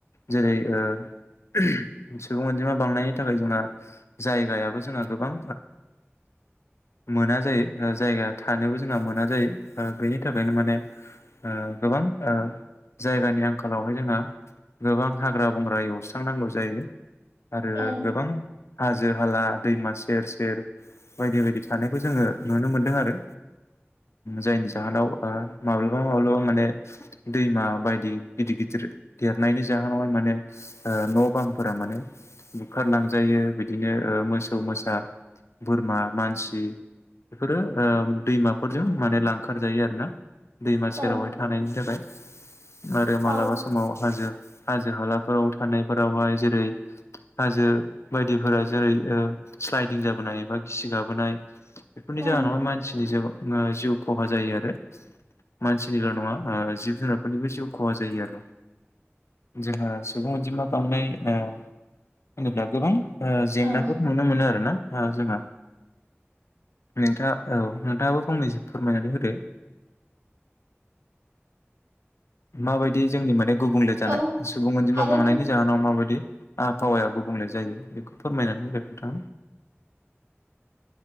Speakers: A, on the left; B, on the right.
A: जेरै ओ। सुबुं अनजिमा बांनायनि थाखाय जोंहा जायगायाबो जोंहा गोबां मोना जायो जायगा थानोबो जोंहा मोना जायो बेनि थाखाय। बेखायनो माने गोबां ओ जायगानि आंखालावहाय जोंहा गोबां हाग्रा बंग्रा एवस्रांनांगौ जायो। आरो
B: ओं
A: गोबां। हाजो हाला दैमा सेर सेर बायदि बायदि थानायखौ जोङो नुनो मोनदों आरो जायनि जाहोनाव। ओ माब्लाबा माब्लाबा माने दैमा बायदि गिदिर गिदिर देरनायनि जाहोनावहाय माने न' बांफोरा माने बुखारलांजायो बिदिनो मोसौ मोसा बोरमा मानसि बेफोरो दैमाफोरजों माने लांखारजायो आरो ना। दैमा सेरावहाय
B: ओं
A: थानायनि थाखाय आरो मालाबा
B: औ
A: समाव हाजो। हाजो हालाफोराव थानायफोरावहाय जेरै हाजो बायदिफोरा जेरै स्लाइदिं जाबोनाय एबा गिसि गाबोनाय बेफोरनि
B: ओं
A: जाहोनावहाय मानसिनि ज जिउ खहा जायो आरो। मानसिनिल' नङा जिब जुनारफोरनिबो जिउ खहा जायो आरो जोंहा सुबुं अनजिमा बांनाय होनोब्ला गोबां। ओ जेंनाफोर
B: औ
A: नुनो मोनो आरो ना। ओ जोंना नोंथा औ नोंथाङाबो फंनैसो फोरमायनानै होदो। माबायदि जोंनि माने गुबुंले जानाय
B: औ
A: सुबुं अनजिमा
B: आरो
A: बांनायनि जाहोनाव माबायदि आबहावाया गुब बुंनाय जायो बेखौ फोरमायनानै होदो नोंथाङा।